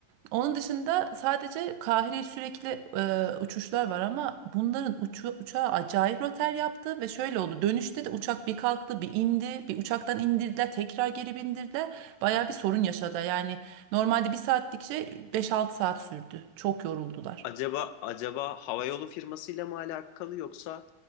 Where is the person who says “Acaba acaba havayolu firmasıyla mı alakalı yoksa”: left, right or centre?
Left